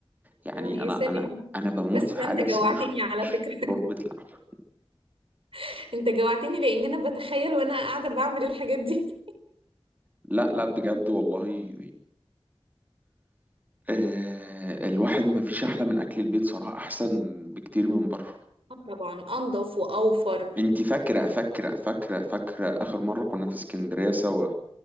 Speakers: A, on the right; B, on the right.
A: يعني
B: اه يا
A: أنا
B: سلام
A: أنا أنا بموت
B: بس
A: في
B: ده
A: حاجة
B: انت جوعتني
A: اسمها ش-
B: على
A: ش-
B: فكرة
A: شوربة لحمة
B: <laughs> انت جوعتني لان انا بتخيل وانا قاعدة بعمل الحاجات دي
A: لا لا بجد والله آه الواحد ما فيش أحلى من أكل البيت صراحة أحسن بكتير من بره
B: آه طبعا انضف واوفر
A: أنت فاكرة فاكرة فاكرة فاكرة آخر مرة كنا في اسكندرية سوا